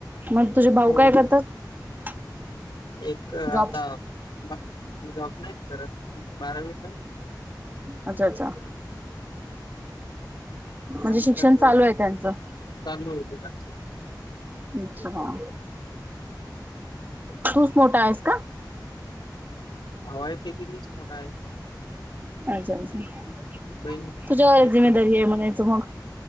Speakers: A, on the right (about 25°); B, on the left (about 80°).
A: मग तुझे भाऊ
B: हो.
A: काय करतात
B: एक आता
A: जॉब
B: जॉब नाही करत बारावीला आहे
A: अच्छा अच्छा म्हणजे
B: आणि
A: शिक्षण
B: एकाच
A: चालू आहे त्यांचं
B: चालू आहे दोघांच
A: अच्छा का
B: हम्.
A: तूच मोठा आहेस का?
B: भावा आहे पैकी मीच मोठा आहे.
A: अच्छा अच्छा
B: बहीण
A: तुझ्यावर
B: हो
A: जिम्मेदारी आहे म्हनायच मग